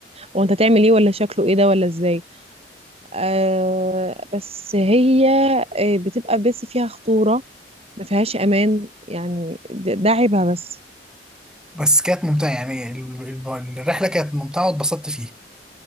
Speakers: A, on the right; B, in the centre.
A: هو انت هتعمل ايه ولا شكله ايه ده ولا ازاي آه بس هي آه، بتبقى بس فيها خطورة ما فيهاش امان يعني ده ده عيبها بس
B: بس كانت ممتعة يعني ال- ال- الرحلة كانت ممتعة واتبسطت فيها